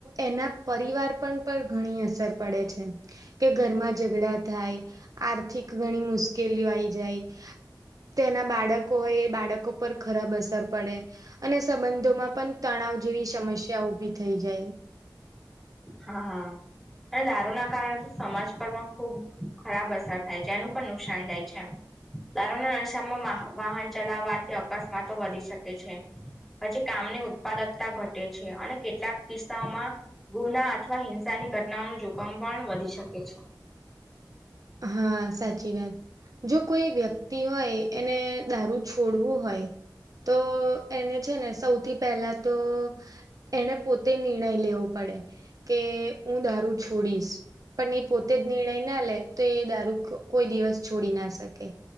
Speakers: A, on the right (about 50°); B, in the centre.
A: એના પરિવાર પણ પર ઘણી અસર પડે છે કે ઘરમાં ઝઘડા થાય આર્થિક ઘણી મુશ્કેલીઓ આઈ જાય તેના બાળકો હોય એ બાળકો પર ખરાબ અસર પડે અને સંબંધોમાં પણ તણાવ જેવી સમસ્યા ઉઊભી થઈ જાય
B: હા અને દારૂના કારણે તો સમાજ પર પણ ખુબ ખરાબ અસર થાય છે એનું પણ નુકસાન જાય છે એમ દારૂના ના નશામાં વાહન ચલાવાથી અકસ્માતો વધી શકે છે પછી કામની ઉત્પાદકતા ઘટે છે અને કેટલાક કિસ્સાઓમાં ગુના અથવા હિંસાની ઘટનાઓનું જોખમ પણ વધી શકે છે
A: હા સાચી વાત જો કોઈ વ્યક્તિ હોય એને દારૂ છોડવું હોય તો એને છે ને સૌથી પહેલા તો એને પોતે નિર્ણય લેવો પડે કે હું દારૂ છોડીશ પણ એ પોતે જ નિર્ણય ના લે તો એ દારૂ કોઈ દિવસ છોડી ના શકે